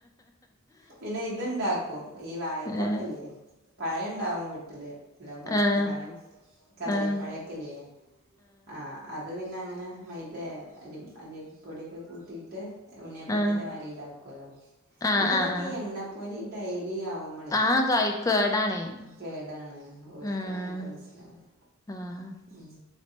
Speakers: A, on the right; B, on the left.
A: പിന്നെ ഇതുണ്ടാക്കും ഈ വായക്കപ്പം.
B: ഏഹ്
A: പഴണ്ടാവും വീട്ടില്. എല്ലാം പഴുത്ത
B: ആഹ്
A: പഴം കദളിപ്പഴക്കെല്യ
B: ആഹ്
A: ആഹ് അത് പിന്നെ അങ്ങനെ മൈദ അരി അരിപ്പൊടിയൊക്കെ കൂട്ടിയിട്ട് ഉണ്ണിയപ്പത്തിന്റെ
B: ആഹ്
A: മാതിരി ഉണ്ടാക്കുവല്ലോ,
B: ആഹ്
A: പിന്നെ ഇതൊക്കെ
B: ആഹ് ആഹ്
A: എണ്ണപ്പൊരി ഡൈലി ആവു മ്പോള്
B: ആഹ് കഴിക്കും ഏടാണേ
A: കേടാണ് ഒരിക്ക്
B: ഉം
A: പറഞ്ഞിട്ട് മനസിലാവണില്ല.
B: ആഹ്
A: ഉം